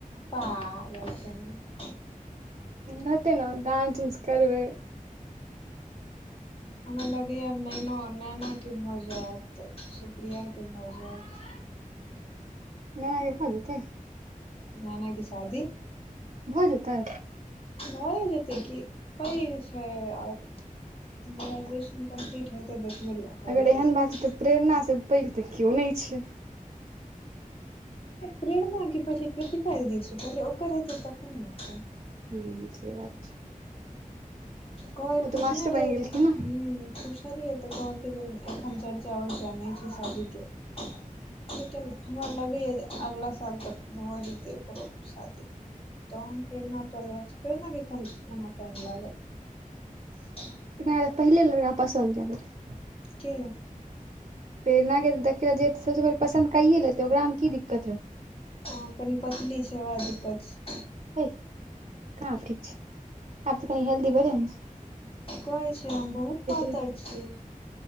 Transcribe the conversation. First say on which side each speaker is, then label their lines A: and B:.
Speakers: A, on the left; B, on the right.
A: पागल कही
B: हेतै न डानंस उंस करबै
A: हमरा लगैए नैना नैनाके भऽ जायत सुप्रियाके भऽ जायत
B: नैना भ जेते
A: नैना के शादी
B: भऽ जेते
A: भए जेतय कि पैघ छै आओर ग्रेजुएशन कम्प्लीट हेतै देखबै हो
B: अगर
A: जेतै
B: एहन
A: सब
B: बात छै तऽ प्रेरणासँ पैघ तऽ केओ नहि छै
A: प्रेरणा क पहिले कीर्तिका दिदि छै पहिले ओकर हेतै तखन ने हेतै
B: हूँ से बात छै
A: कह
B: ओ
A: पूछने
B: तऽ मास्टर
A: नहि रहिय
B: बनि गेलखिन
A: ह
B: ने
A: पुछलियै तऽ कहलकै जे एखन चर्चा वर्चा नहि छै शादीके लेकिन हमरा लगैए जे अगिला साल तक भऽ जेतै ओकरो शादी। तहन प्रेरणा पर प्रेरणाके अखन ओना टाइम लागत <unintelligible>
B: प्रेरणा पहिले लरका पसन्द कैय लेते
A: के
B: प्रेरणा के त देखते दैत सोचबय पसन कयए लेतै ओकरा मे की दिक्कत रहतै
A: हँ कनि पतली छै ओएह दिक्कत छै
B: हैय कहाँ ठीक छै आ तो कनि हेल्दी भेलाय
A: कहैत छै हम बहुत पातर
B: रहे
A: छीये